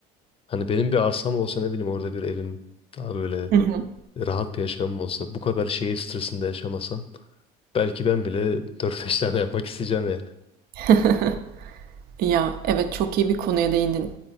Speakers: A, on the left (about 35°); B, on the right (about 60°).
A: Hani benim bir arsam olsa ne bileyim orada bir evim daha böyle
B: hı hı.
A: rahat bir yaşamım olsa bu kadar şehir stresinde yaşamasam belki ben bile <laughs> dört beş tane yapmak isteyeceğim yani.
B: <laughs> Ya evet çok iyi bir konuya değindin.